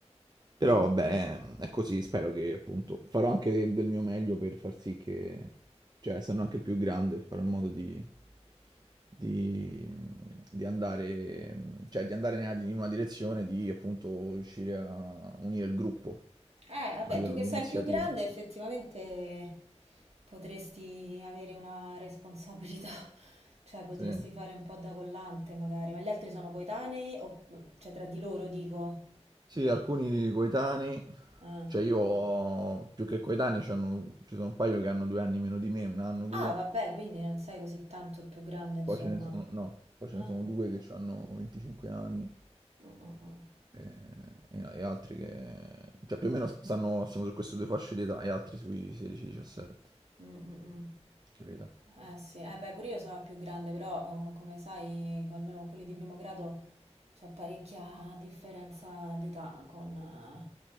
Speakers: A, on the right (about 35°); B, on the right (about 65°).
A: Però
B: Mm,
A: vabbè,
B: mm.
A: ehm, è così, spero che appunto farò anche de- del mio meglio per far sì che, cioè, essendo anche il più grande, farò in modo di, di, di andare, mm, cioè, di andare nella- in una direzione di appunto riuscire a unire il gruppo
B: Eh, vabbè,
A: a livello
B: tu che
A: di
B: sei
A: iniziativa.
B: il più grande, effettivamente potresti avere una responsabilità, <laughs> cioè potresti
A: Sì.
B: fare un po' da collante magari, ma gli altri sono coetanei o cioè tra di loro dico.
A: Sì, alcuni coetanei,
B: Ah,
A: cioè io ho più che coetanei, c'hanno- ci sono un paio che hanno due anni meno di me, un anno, due,
B: Ah, vabbè, quindi non sei così tanto il più grande, insomma.
A: poi ce ne sono, no, poi ce
B: Ah.
A: ne sono due che hanno 25 anni
B: Mm, mm, mm.
A: e, e- e altri che, cioè più o meno stanno, siamo su queste due fasce di età e altri sui 16-17,
B: Mm, mm, mm.
A: capito?
B: Eh sì, eh, beh, pure io sono la più grande, però oh, come sai, con- almeno con quelli di primo grado c'ho parecchia differenza d'età con, eh,